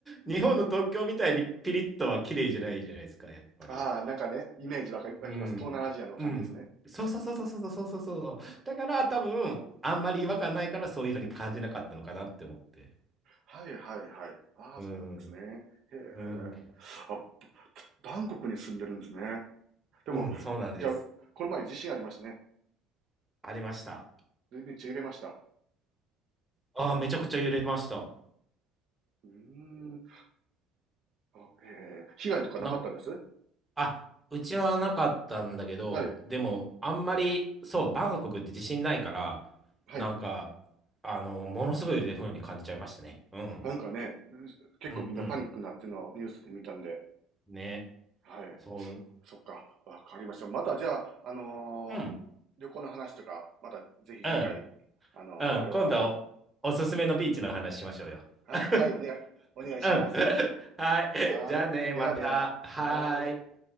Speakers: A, in the centre; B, on the right (about 50°).
A: 日本の東京みたいにピリッとは綺麗じゃないじゃないですか、やっぱり。
B: ああ、なんかね、イメージわかり、
A: うん。
B: 湧きます。東南アジアの感じですね。
A: うん。そうそうそうそうそうそうそうそう。だから多分、あんまり違和感ないからそういうふうに感じなかったのかなって思って。
B: はいはいはい。ああ、
A: うん。
B: そうなんですね。へえ。
A: うん。
B: あ、バンコクに住んでるんですね。でも、
A: うん、そうなんです。
B: じゃあ、この前地震ありましたね。
A: ありました。
B: でめっちゃ揺れました。
A: ああ、めちゃくちゃ揺れました。
B: うーん。あ、ええ、被害とかなかったです
A: なん、あ、うちはなかったんだけど、
B: はい。
A: でも、あんまり、そう、バンコクって地震ないから、
B: はい。
A: なんか、あの、ものすごい揺れるふうに感じちゃいましたね。うん。
B: なんかね、結構みんなパニックになってるのをニュースで見たんで。
A: うんうん。ね。
B: はい。
A: そう。
B: そっか、わかりました。またじゃあ、あのー旅行の話とか、
A: うん。
B: またぜひ次回、
A: うん。
B: あのーあれば、
A: うん、今度おすすめのビーチの話しましょうよ。
B: あ、
A: <laughs>
B: はい、お願い、お願いします。
A: うん。はい。
B: はーい。
A: じゃあね、
B: ではでは、
A: また。はーい。
B: はーい。